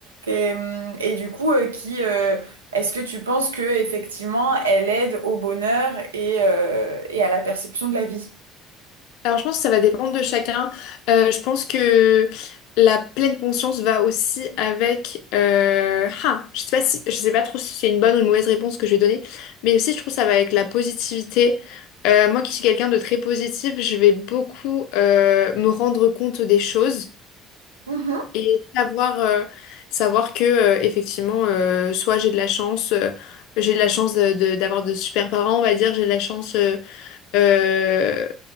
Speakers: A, on the right; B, on the left.
A: Et, hum, et du coup, euh, qui, euh, est-ce que tu penses que effectivement, elle aide au bonheur et, euh, et à la perception de la vie?
B: Alors, je pense que ça va dépendre de chacun. Euh, je pense que la pleine conscience va aussi avec. euh, ah, je sais pas si, je sais pas trop si c'est une bonne ou une mauvaise réponse que je vais donner, mais aussi je trouve que ça va avec la positivité. Euh, moi qui suis quelqu'un de très positif, je vais beaucoup euh, me rendre compte des choses
A: Mhm,
B: et savoir, euh, savoir que euh, effectivement, euh, soit j'ai de la chance, euh, j'ai de la chance de- de- d'avoir de super parents, on va dire, j'ai de la chance. euh, euh,